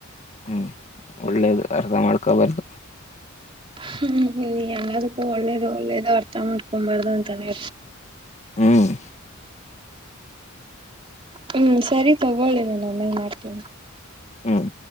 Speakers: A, on the left; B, on the right.
A: ಹ್ಮ್ ಒಳ್ಳೇದು ಅರ್ಥ ಮಾಡ್ಕೊಬಾರ್ದು
B: ಹ್ಮ್ ನದಕ್ಕೂ ಒಳ್ಳೇದು ಒಳ್ಳೇದು ಅರ್ಥ ಮಾಡ್ಕೊಬಾರ್ದು ಅಂತಾನೇ
A: ಹ್ಮ್
B: ಹ್ಮ್ ಸರಿ ತಗೊಳ್ಳಿ ನಾ ಆಮೇಲ್ ಮಾಡ್ತೇನ
A: ಹ್ಮ್